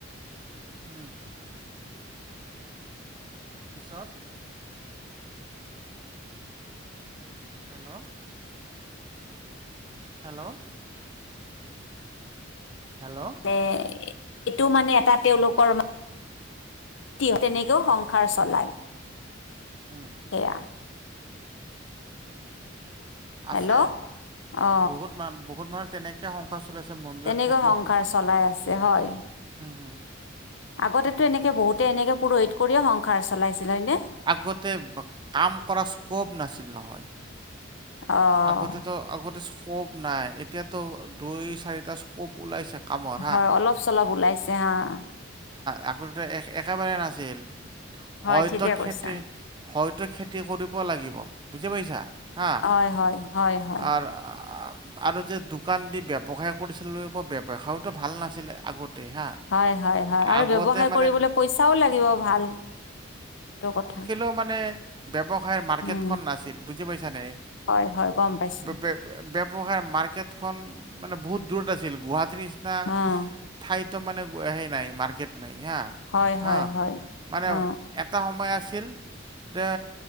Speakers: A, on the right; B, on the left.
A: উম। পিছত হেল্ল'। হেল্ল'। হেল্ল'।
B: এ-এইটো মানে এটা তেওঁলোকৰ মা <unintelligible> তেনেকৈও সংসাৰ চলাই।
A: হম।
B: সেয়া। হেল্ল'
A: আছে
B: অ
A: বহুত মান, বহুত মানুহ তেনেকৈ সংসাৰ চলাইছে মন্দিৰত
B: তেনেকৈ
A: থাকিয়ে
B: সংসাৰ
A: পূজ
B: চলাই আছ <unintelligible> হয়।
A: উম, হম।
B: আগতেতো এনেকে বহুতে এনেকে পুৰোহিত কৰিয়ে সংসাৰ চলাইছিল হয়নে?
A: আগতে কাম কৰা স্ক'প নাছিল নহয়।
B: অ'
A: আগতেতো আগতে স্কোপ নাই, এতিয়াতো দুই চাৰিটা স্ক'প ওলাইছে। কামৰ
B: হয়, অলপ চলপ ওলাইছে আহ।
A: আগ-আগতে একেবাৰে নাছিল
B: হয়
A: হয়তো
B: ঠিকে কৈছা।
A: খেতি হয়তো খেতি কৰিব লাগিব, বুজি পাইছা? হা।
B: হয় হয় হয় হয়
A: আৰ আম আৰু যে দোকান দি ব্যৱসায় কৰিছিলোঁ ব ব্যৱসায়তো ভাল নাছিলে আগতেই হা।
B: হয় হয় হয় আৰু
A: আগতে
B: ব্যৱসায়
A: মানে
B: কৰিবলে পইচাও লাগিব ভাল, এইটো কথা।
A: আৰু মানে ব্যৱসায় মাৰ্কেটখন
B: উম
A: নাছিল, বুজি পাইছ নে?
B: হয় হয় গম পাইছো
A: ব্য ব্যৱসায়ৰ মাৰ্কেটখন মানে বহুত দূৰত আছিল গুৱাহাটীৰ নিচিনা
B: অ'
A: ঠাইতো মানে সেই নাই মাৰ্কেট নাই হা,
B: হয় হয়
A: হা
B: হয়।
A: মানে
B: অ'
A: এত এটা সময় আছিল যে